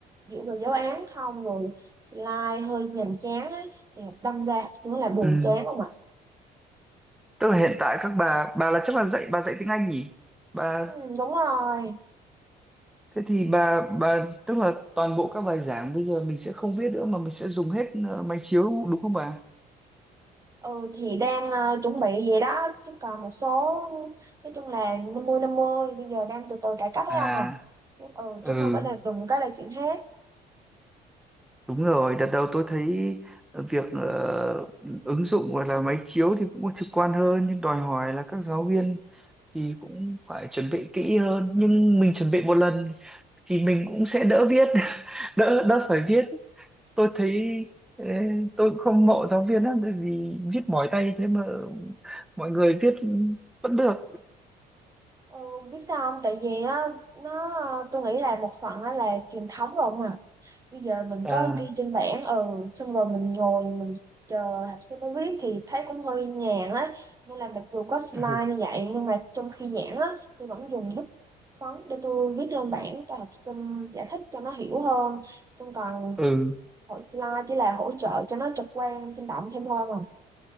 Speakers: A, on the right (about 20°); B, in the centre.
A: dựa vào giáo án không rồi slide hơi nhàm chán á thì đâm ra cũng là buồn
B: ừ.
A: chán không ạ
B: Tức là hiện tại các bà bà là chắc là dạy bà dạy tiếng Anh nhỉ? Bà
A: ừ, đúng rồi
B: thế thì bà bà tức là toàn bộ các bài giảng bây giờ mình sẽ không viết nữa mà mình sẽ dùng hết ờ, máy chiếu đúng không bà?
A: Ừ thì đang ờ, chuẩn bị vậy đó chứ còn một số nói chung là năm mươi năm mươi bây giờ đang từ từ cải cách ấy
B: À,
A: ông à chứ, ừ,
B: ừ
A: chứ không phải là đùng cái là chuyện hết
B: Đúng rồi, đợt đầu tôi thấy việc ờ, ứng dụng gọi là máy chiếu thì cũng có trực quan hơn nhưng đòi hỏi là các giáo viên thì cũng phải chuẩn bị kỹ hơn nhưng mình chuẩn bị một lần thì mình cũng sẽ đỡ viết <laughs> đỡ đỡ phải viết tôi thấy ê, tôi cũng không mộ giáo viên lắm bởi vì viết mỏi tay thế mà mọi người viết vẫn được
A: ừ, biết sao không tại vì á nó tôi nghĩ là một phần á là truyền thống rồi ông à bây giờ mình
B: à
A: có ghi trên bảng ừ xong rồi mình ngồi mình chờ học sinh nó viết thì thấy cũng hơi nhàn á nên là mặc dù có slide
B: ừ
A: như vậy nhưng mà trong khi giảng á tôi vẫn dùng bút phấn để tôi viết lên bảng cho học sinh giải thích cho nó hiểu hơn xong còn
B: ừ,
A: hội slide chỉ là hỗ trợ cho nó trực quan sinh động thêm thôi mà